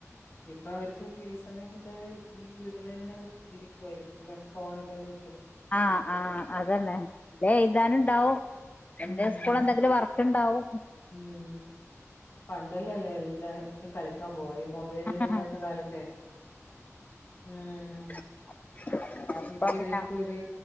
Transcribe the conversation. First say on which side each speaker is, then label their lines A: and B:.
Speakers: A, on the left; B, on the left.
A: ഇപ്പൊ അവർക്ക് ഫ്രീ സമയം കിട്ടാല് ഈ വീട്ടിൽ തന്നെ ഇരിക്കുവായിരിക്കും അല്ലെ ഫോണലല്ലേ
B: ആ ആ അതല്ലേ ഇതെ എഴുതാനു ണ്ടാവും എന്റെ
A: ഉം
B: സ്കൂൾ എന്തെങ്കിലും വർക്ക് ട്ടുണ്ടാവും
A: ഉം പണ്ടല്ലല്ലേ എല്ലാടിത്തും കളിക്കാൻ പോയി ഈ മൊബൈൽ വെളീൽ
B: ആഹ്
A: ഇല്ലാത്ത കാലത്തെ ഉം
B: അ <unintelligible> അപ്പ
A: ഇപ്പ ഇവർക്ക്
B: പിന്നെ
A: ഒരു